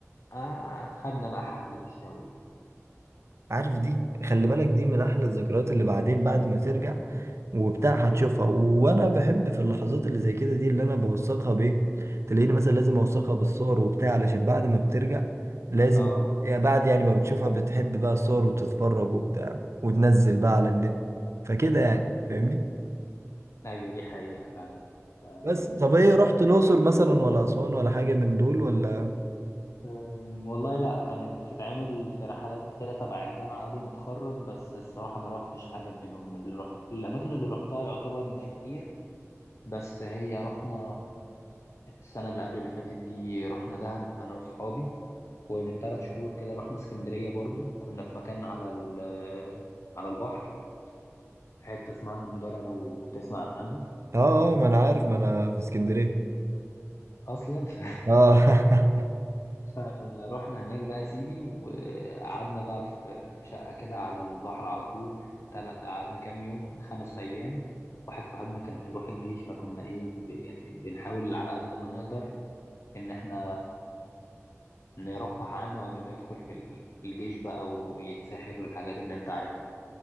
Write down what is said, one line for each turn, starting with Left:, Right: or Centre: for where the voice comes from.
Left: آه خدنا بقى حفلة الشوي بقى
Right: عارف دي خلي بالك دي من احلى الذكريات اللي بعدين بعد ما ترجع وبتاع هتشوفها وانا بحب في اللحظات اللي زي كده دي اللي انا بوثقها بايه تلاقيني مثلا لازم اوثقها بالصور وبتاع علشان بعد ما بترجع لازم
Left: اه
Right: يعني بعد يعني ما بتشوفها بتحب بقى الصور وبتتفرج وبتاع وتنزل بقى على النت فكده يعني فاهمني
Left: ايوه دي حقيقة فعلا ف-
Right: بس طب
Left: الموضوع
Right: ايه رحت الاقصر مثلا ولا اسوان ولا حاجه من دول ولا
Left: أم، والله لا كانت بتتعمل في رحلات كده تبع الجامعة قبل ما اتخرج بس الصراحة ما روحتش حاجة منهم اللي رحت الأماكن اللي روحتها يعتبر مش كتير بس هي رحنا السنة اللي قبل اللي فاتت دي رحنا دهب أنا وصحابي ومن ثلاث شهور كده رحنا اسكندرية برضو كنا في مكان على ال- على البحر في حتة اسمها المندرة لو تسمع عنها
Right: اه اه ما انا عارف ما انا في اسكندريه
Left: أصلا <laughs>
Right: اه
Left: فروحنا هناك بقى يا سيدي وقعدنا بقى في في شقة كده على البحر على طول تل- قعدنا كام يوم خمس أيام واحد صاحبنا كان هيروح الجيش فكنا إيه ب- يعني بنحاول على قد ما نقدر إن إحنا نرفه عنه قبل ما يدخل في ال- في الجيش بقى ويتسحل والحاجات اللي أنت عارفها دي